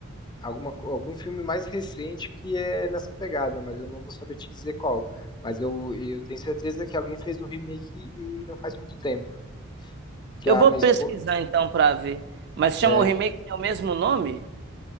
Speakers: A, on the left; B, on the right.
A: alguma, co- algum filme mais recente que é nessa pegada, mas eu não vou saber te dizer qual. Mas eu, eu tenho certeza que alguém fez um remake e não faz muito tempo. Que
B: Eu
A: a
B: vou
A: minha
B: pesquisar
A: esposa.
B: então pra ver. Mas chama
A: É,
B: o remake tem o mesmo nome?